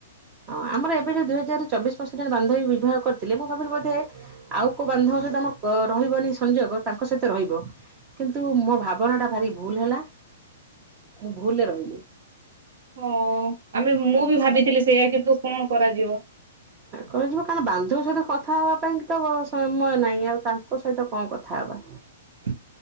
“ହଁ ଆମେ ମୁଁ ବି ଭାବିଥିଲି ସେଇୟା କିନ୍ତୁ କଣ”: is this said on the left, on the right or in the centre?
Right